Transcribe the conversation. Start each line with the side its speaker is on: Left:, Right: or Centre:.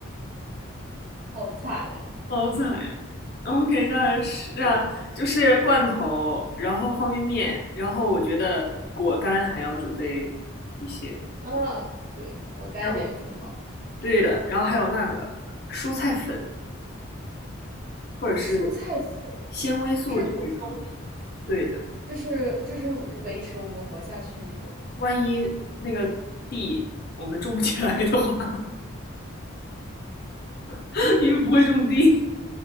Right: 好惨呀！
Left: 好惨呀！OK，那是那就是罐头，然后方便面，然后我觉得果干还要准备一些，
Right: 啊，嗯对，果干感觉挺好，
Left: 还有对的，然后还有那个蔬菜粉或者是
Right: 蔬菜粉。
Left: 纤维素之类的东西。
Right: 是补充。
Left: 对的，
Right: 就是就是维持我们活下去那种。
Left: 万一那个地我们种不起来的话，<laughs> 因为不会种地，